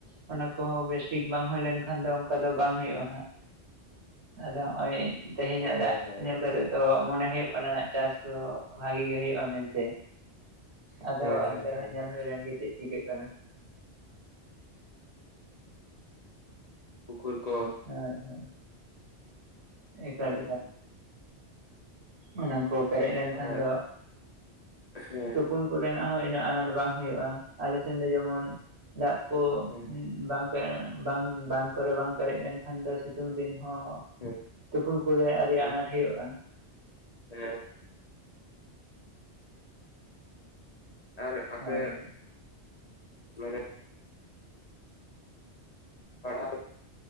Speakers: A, on the right; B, on the left.
A: ᱚᱱᱟ ᱠᱚᱦᱚᱸ ᱵᱮᱥᱴᱷᱤᱠ ᱵᱟᱝ ᱦᱩᱭ ᱞᱮᱱᱠᱷᱟᱱ ᱫᱚ ᱟᱫᱚ ᱵᱟᱝ ᱦᱩᱭᱩᱜᱼᱟ ᱦᱟᱸᱜ ᱟᱫᱚ ᱱᱚᱜᱼᱚᱭ ᱛᱮᱦᱮᱧᱟᱜ
B: ᱦᱮᱸ
A: ᱫᱟᱜ
B: ᱦᱮᱸ
A: ᱧᱮᱞ
B: ᱮᱠᱫᱚᱢ
A: ᱠᱟᱛᱮ ᱛᱚ ᱢᱚᱱᱮ ᱦᱩᱭᱩᱜ ᱠᱟᱱᱟ ᱪᱟᱥ ᱫᱚ ᱵᱷᱟᱜᱤ ᱜᱮ ᱦᱳᱭᱳᱜᱼᱟ ᱢᱮᱱᱛᱮ᱾ ᱟᱫᱚ
B: ᱦᱮᱸ ᱦᱮᱸ
A: ᱮᱱᱛᱮ ᱨᱮᱦᱚᱸ
B: ᱦᱮᱸ
A: ᱧᱮᱞ
B: ᱦᱮᱸ
A: ᱦᱩᱭ ᱞᱮᱱ ᱜᱮ ᱪᱮᱫ ᱪᱤᱠᱟᱹᱜ ᱠᱟᱱᱟ᱾
B: ᱯᱩᱠᱷᱨ ᱠᱚ,
A: ᱦᱳᱭ, ᱦᱳᱭ, ᱮᱠᱟᱞ
B: ᱦᱩᱸ, ᱦᱩᱸ,
A: ᱚᱱᱟᱠᱚ ᱯᱮᱨᱮᱡ ᱞᱮᱱᱠᱷᱟᱱ
B: ᱦᱮᱸ
A: ᱫᱚ
B: ᱦᱮᱸ
A: ᱛᱩ ᱯᱩᱱ ᱠᱚᱨᱮᱱᱟᱜ ᱦᱚᱸ ᱤᱱᱟᱹᱜ ᱟᱱᱟᱴ ᱵᱟᱝ ᱦᱩᱭᱩᱜᱼᱟ᱾ ᱟᱞᱮᱥᱱ ᱫᱚ ᱡᱮᱢᱚᱱ ᱫᱟᱜ ᱠᱚ
B: ᱦᱮᱸ
A: ᱵᱟᱝ ᱯᱮ ᱵᱟᱝ ᱵᱟᱸᱫᱷ ᱠᱚᱨᱮ ᱵᱟᱝ ᱯᱮᱨᱮᱡ ᱞᱮᱱᱠᱷᱟᱱ ᱫᱚ ᱥᱤᱛᱩᱝ ᱫᱤᱱ ᱦᱚᱸ
B: ᱦᱮᱸ,
A: ᱛᱩᱯᱩᱱ ᱠᱚᱨᱮ ᱟᱹᱰᱤ
B: ᱦᱮᱸ
A: ᱟᱱᱟᱴ ᱦᱩᱭᱩᱜᱼᱟ᱾
B: ᱦᱮᱸ, ᱟᱨ ᱟᱯᱮ,
A: ᱦᱳᱭ ᱦᱳᱭ
B: ᱢᱟᱱᱮ ᱯᱟᱲᱦᱟᱣ